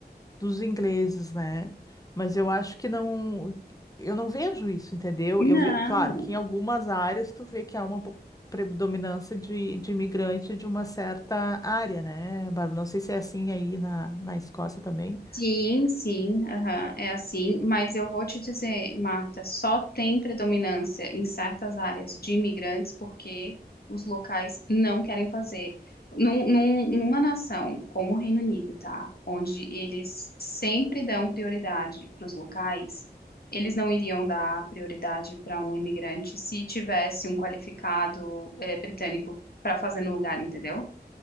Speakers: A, on the left; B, on the left.
A: dos ingleses, né? Mas eu acho que não, eu não vejo isso, entendeu?
B: Não.
A: Eu ve- claro que em algumas áreas tu vê que há uma po- predominância de, de imigrante de uma certa área, né, Bárbara? Não sei se é assim aí na, na Escócia também.
B: Sim, sim, aham, é assim, mas eu vou te dizer, Marta, só tem predominância em certas áreas de imigrantes porque os locais não querem fazer. Num, num- numa nação como o Reino Unido, tá? Onde eles sempre dão prioridade para os locais, eles não iriam dar prioridade para um imigrante se tivesse um qualificado, eh, britânico para fazer no lugar, entendeu?